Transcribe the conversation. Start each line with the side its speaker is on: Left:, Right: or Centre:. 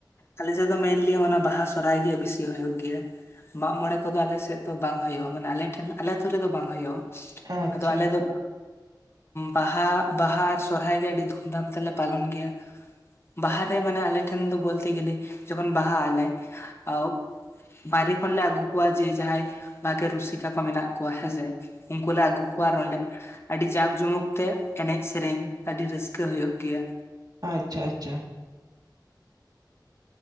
Left: ᱟᱞᱮ ᱥᱮᱫ ᱫᱚ ᱢᱮᱱᱞᱤ ᱚᱱᱟ ᱵᱟᱦᱟ ᱥᱚᱨᱦᱟᱭ ᱜᱮ ᱵᱤᱥᱤ ᱦᱳᱭᱳᱜ ᱜᱮᱭᱟ᱾ ᱢᱟᱜ-ᱢᱚᱬᱮ ᱠᱚᱫᱚ ᱟᱞᱮ ᱥᱮᱫ ᱫᱚ ᱵᱟᱝ ᱦᱩᱭᱩᱜ-ᱟ ᱢᱟᱱᱮ ᱟᱞᱮ ᱴᱷᱮᱱ ᱟᱞᱮ ᱟᱹᱛᱩ ᱨᱮᱫᱚ ᱵᱟᱝ ᱦᱩᱭᱩᱜ-ᱟ᱾
Right: ᱟᱪᱪᱷᱟ
Left: ᱟᱫᱚ ᱟᱞᱮ ᱫᱚ ᱵᱟᱦᱟ ᱵᱟᱦᱟ ᱟᱨ ᱥᱚᱨᱦᱟᱭ ᱜᱮ ᱟᱹᱰᱤ ᱫᱷᱩᱢᱫᱷᱟᱢ ᱛᱮᱞᱮ ᱯᱟᱞᱚᱱ ᱜᱮᱭᱟ᱾ ᱵᱟᱦᱟ ᱨᱮ ᱢᱟᱱᱮ ᱟᱞᱮ ᱴᱷᱮᱱ ᱫᱚ ᱵᱳᱞᱛᱮ ᱜᱮᱞᱮ ᱡᱚᱠᱷᱚᱱ ᱵᱟᱦᱟᱜ ᱟᱞᱮ ᱳ ᱵᱟᱭᱨᱮ ᱠᱷᱚᱱᱞᱮ ᱟᱹᱜᱩ ᱠᱚᱣᱟ ᱡᱮ ᱡᱟᱦᱟᱸᱭ ᱵᱷᱟᱜᱮ ᱨᱩᱥᱤᱠᱟ ᱠᱚ ᱢᱮᱱᱟᱜ ᱠᱚᱣᱟ ᱦᱮᱸ ᱥᱮ ᱩᱱᱠᱩ ᱞᱮ ᱟᱹᱜᱩ ᱠᱚᱣᱟ ᱟᱨ ᱚᱸᱰᱮ ᱟᱹᱰᱤ ᱡᱟᱠ ᱡᱚᱢᱚᱠ ᱛᱮ ᱮᱱᱮᱡ ᱥᱮᱨᱮᱧ ᱟᱹᱰᱤ ᱨᱟᱹᱥᱠᱟᱹ ᱦᱳᱭᱳᱜ ᱜᱮᱭᱟ᱾
Right: ᱟᱪᱪᱷᱟ ᱟᱪᱪᱷᱟ᱾